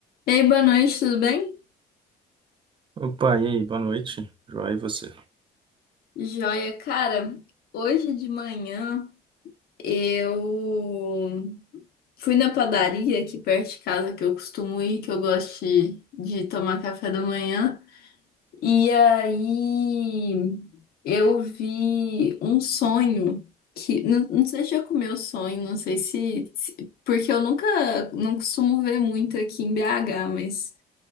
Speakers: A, on the left (about 65°); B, on the right (about 30°).
A: Ei, boa noite, tudo bem?
B: Opa, e aí, boa noite. Joia, e você?
A: Joia, cara, hoje de manhã eu fui na padaria aqui perto de casa que eu costumo ir, que eu gosto de, de tomar café da manhã. E aí eu vi um sonho que não, não sei se já comeu sonho, não sei se, se- porque eu nunca não costumo ver muito aqui em BH, mas